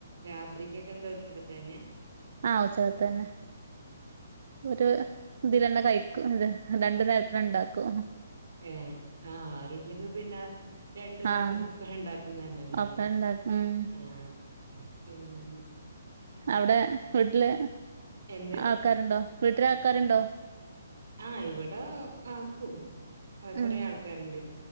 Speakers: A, on the right; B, on the right.
A: രാത്രിക്കെക്കെ എന്താ ഉച്ചക്കത്തന്നെ?
B: ആഹ് ഉച്ചക്കത്തന്നെ
A: ഉം
B: ഒരു ഇതിലെന്ന കയിക്കും രണ്ടു നേരത്തിന് ഇണ്ടാക്കോ?
A: ഏഹ് ആഹ് ആരുല്ലെങ്കി പിന്നെ രണ്ടു നേരത്ത്ക്കൊപ്പര
B: ആഹ്
A: ണ്ടാക്കുന്നന്നെല്ലെ
B: ഒക്കെ
A: നല്ലേ?
B: ഇണ്ടാക്കും ഉം
A: ആഹ് പിന്നെന്തെ
B: അവിടെ വീട്ടില്
A: എന്ത്
B: ആൾക്കാര്ണ്ടോ? വീട്ടിലാൾക്കാരുണ്ടോ?
A: ആഹ് ഇവിടെ നാത്തു ആഹ് കൊറെ
B: ഉം
A: ആൾക്കാര്ണ്ട്